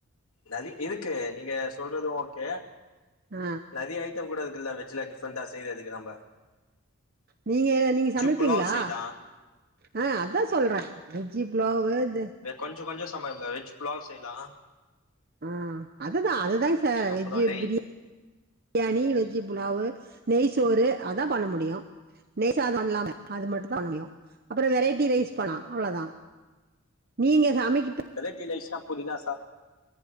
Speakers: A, on the left; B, on the right.
A: நரி இருக்கு நீங்க சொல்றதூ ஓக்கே
B: ஆ
A: நறிய ஐட்டம் கூட இருகுல்ல வெஜ்ல டிஃரெண்டா செய்றதுக்கு நம்ப
B: நீங்க எத நீங்க சமைப்பீங்களா
A: புலாவ் செய்யலா
B: அ அத்தா சொல்ற வெஜ்ஜி புலாவு து
A: பே கொஞ்சொ கொஞ்சொ சமயல்ல வெஜ்ஜு புலாவ் செய்ல்லா
B: அ அதுதா அதுதாங் சார்
A: அப்புறோ
B: வெஜ்ஜு
A: நெய்
B: பிரிய பிரியாணி வெஜ்ஜி புலாவு் நெய்சோறு அதா பண்ணமுடியு நெய்சாதொ இல்லாம அது மட்டுதா பண்ணமுயு அப்பற வெரைட்டி ரைஸ்
A: ம்
B: போலா அவ்ளோதா நீங்க சமைக்கப்
A: வேரெட்டி லைஸ்னா புதினா சா